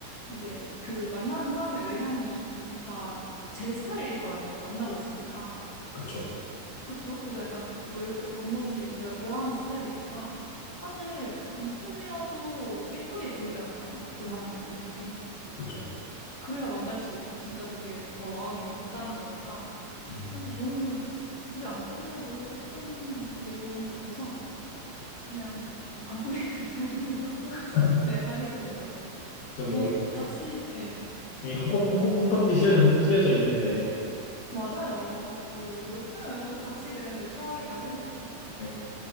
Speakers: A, on the left (about 40°); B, on the left (about 85°).
A: 이제 그 만나는 사람의 외향이 다 제 스타일일 거 아니에요. 만나고 있으니까.
B: 그쵸.
A: 그쵸? 그래서 약간 그 외, 외- 겉모습이 제가 좋아하는 스타일이니까 사실 안 꾸미어도 예쁘게 보이잖아요. 그 사람의 모습이.
B: 그쵸.
A: 그래야 만날 수 있고 진짜 그게 더 마음이 있다는 거니까.
B: 음.
A: 그래서 저는 굳이 안 꾸미어도 예쁜 그게 좋은 것 같아서 그냥 안 꾸미는 <laughs> 연인으로 <laughs>
B: <laughs>
A: 네, 하겠습니다, 저도.
B: 그뭐
A: 이
B: 이미
A: 같이 예.
B: 콩깍 콩깍 콩깍지 씌워져, 씌워져 있는데
A: 맞아요. 뭐, 왜 껴요? 그냥 같이 그냥 내추럴하게 다니면 되죠.
B: 네.